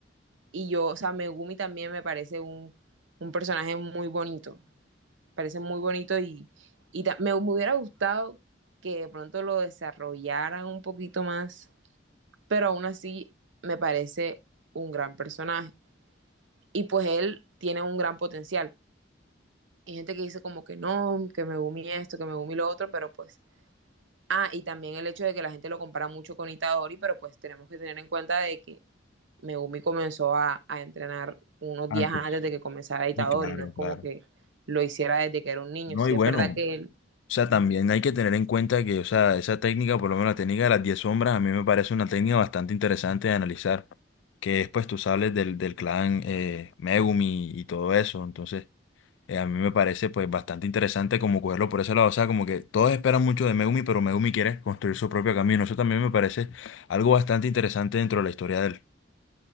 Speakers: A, on the right; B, on the left.
A: Y yo, o sea, Megumi también me parece un, un personaje muy bonito. parece muy bonito y, y ta- me, me, hubiera gustado que de pronto lo desarrollaran un poquito más, pero aún así me parece un gran personaje. Y pues él tiene un gran potencial. Hay gente que dice como que no, que me gumi esto, que me gumi lo otro, pero pues... Ah, y también el hecho de que la gente lo compara mucho con Itadori, pero pues tenemos que tener en cuenta de que Megumi comenzó a, a, entrenar unos
B: Antes.
A: días antes de que comenzara Itadori,
B: Sí, claro,
A: no es como
B: claro.
A: que lo hiciera desde que era un niño.
B: No,
A: Si
B: y
A: sí
B: bueno,
A: es verdad
B: o
A: que él...
B: sea, también
A: Uh -huh.
B: hay que tener en cuenta que, o sea, esa técnica, por lo menos la técnica de las 10 sombras, a mí me parece una técnica bastante interesante de analizar, que es, pues, tú sabes del, del clan eh, Megumi y todo eso, entonces, eh, a mí me parece, pues, bastante interesante como cogerlo por ese lado, o sea, como que todos esperan mucho de Megumi, pero Megumi quiere construir su propio camino, eso también me parece algo bastante interesante dentro de la historia de él.